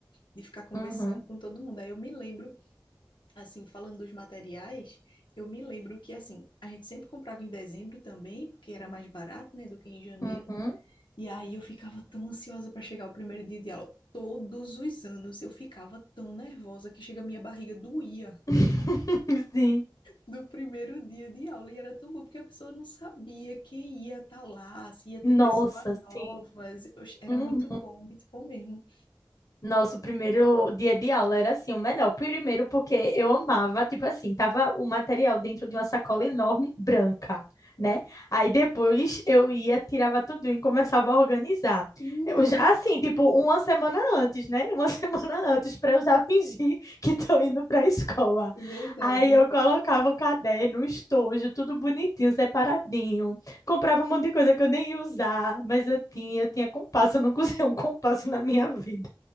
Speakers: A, on the left (about 85°); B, on the left (about 45°).
A: De ficar conversando
B: uhum,
A: com todo mundo. Aí eu me lembro, assim, falando dos materiais, eu me lembro que, assim, a gente sempre comprava em dezembro também, porque era mais barato, né, do que em janeiro.
B: uhum.
A: E aí eu ficava tão ansiosa para chegar o primeiro dia de aula. Todos os anos eu ficava tão nervosa que chega a minha barriga doía.
B: <laughs> Sim.
A: do primeiro dia de aula. E era tão bom, porque a pessoa não sabia quem ia estar lá, se ia ter
B: Nossa,
A: pessoas novas.
B: sim.
A: Oxe, era
B: Uhum.
A: muito bom, muito bom mesmo.
B: Nosso primeiro dia de aula era assim, o melhor. Primeiro porque eu amava, tipo assim, tava o material dentro de uma sacola enorme branca, né? Aí depois eu ia, tirava tudo e começava a organizar.
A: Sim,
B: Eu
A: é
B: já
A: ver-
B: assim, tipo, uma semana antes, né? Uma <laughs> semana antes para eu já fingir que tô indo para a escola.
A: verdade.
B: Aí eu colocava o caderno, o estojo, tudo bonitinho, separadinho. Comprava um monte de coisa que eu nem ia usar, mas eu tinha, eu tinha compasso, eu nunca usei <laughs> um compasso na minha vida.